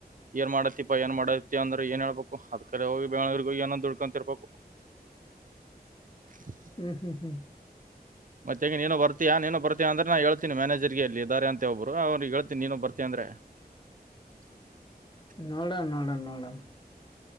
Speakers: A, on the right; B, on the left.
A: ಏನ್ ಮಾಡತ್ತತಿಪಪ್ಪ ಏನ್ ಮಾಡತಿ ಅಂದ್ರೆ ಏನ್ ಹೇಬೇಕು ಅದ್ ಕಡೆ ಹೋಗಿ ಬೆಂಗಗಳೂರಿಗೆಗೋಗಿ ಏನನ್ ದುಡ್ಕೊಂತಿರ್ಬೇಕು <unintelligible>
B: ಹ್ಮ್ ಹ್ಮ್ ಹ್ಮ್
A: ಮತ್ತೆೇಗ ನೀನು ಬರ್ತಯ ನೀನು ಬತಯ ಅಂದ್ರೆ ನಾ ಹೇಳ್ತಿನನ ಮ್ಯಾನೇಜರ್ಗೆಲ್ಲಿ ಇದಿದ್ದಾರೆರೆ ಅಂತ ಒಬ್ಬರು ಅವ್ರಿಗೆ ಹೇಳ್ನಿ ನೀನು ಬರ್ತೀ ಅ್ರ <unintelligible>
B: ನೋಡ ನೋಡ ನೋಡಣ